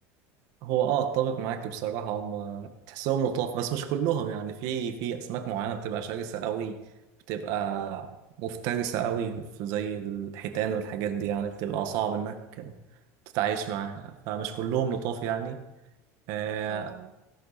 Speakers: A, on the right; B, on the right.
A: هو اه اتفق معاك
B: بس
A: بصراحة هم تحسهم لطاف بس مش كلهم يعني في في اسماك معينة بتبقى شرسة قوي بتبقى
B: اه
A: مفترسة قوي في- زي الحيتان والحاجات دي يعني بتبقى صعب انك تتعايش معاها فمش كلهم لطاف يعني آه،
B: اه